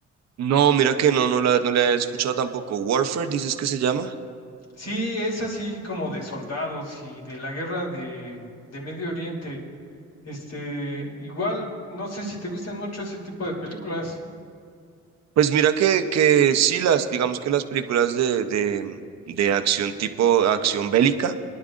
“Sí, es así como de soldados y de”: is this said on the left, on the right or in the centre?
Left